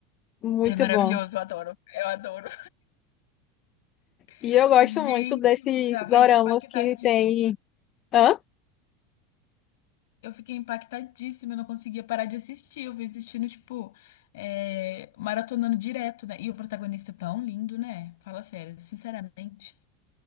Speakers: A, on the left (about 35°); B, on the left (about 90°).
A: Muito
B: É maravilhoso,
A: bom.
B: eu adoro. Eu adoro.
A: E
B: <laughs>
A: eu gosto
B: Gente,
A: muito desses
B: eu ficava
A: doramas
B: impactadíssima.
A: que tem. Hã?
B: Eu fiquei impactadíssima, eu não conseguia parar de assistir. Eu fui assistindo, tipo, é, maratonando direto, né? E o protagonista é tão lindo, né? Fala sério, sinceramente.